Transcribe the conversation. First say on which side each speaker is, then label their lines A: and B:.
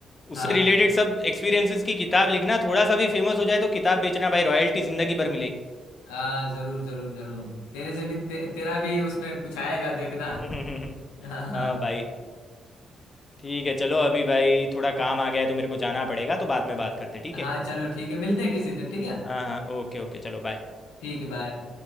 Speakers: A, on the left (about 80°); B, on the left (about 35°).
A: हाँ
B: उससे रिलेटेड सब एक्सपीरियंसेस की किताब लिखना थोड़ा सा भी फेमस हो जाए तो किताब बेचना भाई रॉयल्टी जिंदगी भर
A: हाँ जरूर जरूर जरूर तेरे से भी ते, तेरा भी उसमें कुछ आएगा देखना
B: मिलेगी
A: <laughs> हाँ
B: <laughs> हाँ भाई ठीक है चलो अभी भाई थोड़ा काम आ गया है तो मेरे को जाना पड़ेगा तो बाद में बात करते हैं, ठीक
A: हाँ
B: है
A: चलो ठीक है मिलते हैं किसी दिन ठीक है
B: हाँ हाँ ओके ओके चलो बाय
A: ठीक है बाय